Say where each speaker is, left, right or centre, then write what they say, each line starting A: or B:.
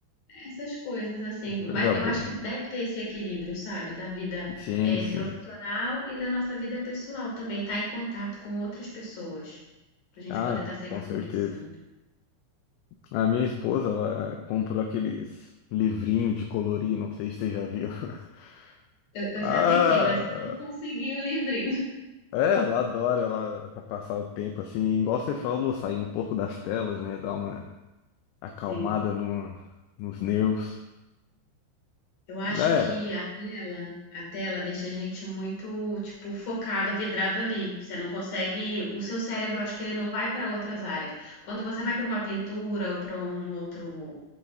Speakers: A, on the left; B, on the left.
A: Essas coisas, assim, mas
B: coisa
A: eu
B: boa.
A: acho que deve ter esse equilíbrio, sabe? Da vida,
B: Sim,
A: eh,
B: sim.
A: profissional e da nossa vida pessoal também, estar em contato com outras pessoas, pra gente
B: Ah,
A: poder estar sempre
B: com
A: conversando.
B: certeza. A minha esposa, ela comprou aqueles livrinhos de colorir, não sei se você já viu. <laughs>
A: Eu,
B: Ah,
A: eu já tentei, mas eu não consegui o livrinho.
B: é, ela adora, ela pra passar o tempo assim, igual você falou, sair um pouco das telas, né? Dar uma
A: <laughs>
B: acalmada
A: Sim.
B: no, nos nervos.
A: Eu acho
B: É,
A: que a tela, a tela deixa a gente muito, tipo, focado, vidrado ali. Você não consegue, o seu cérebro, eu acho que ele não vai para outras áreas. Quando você vai para uma pintura ou para um outro,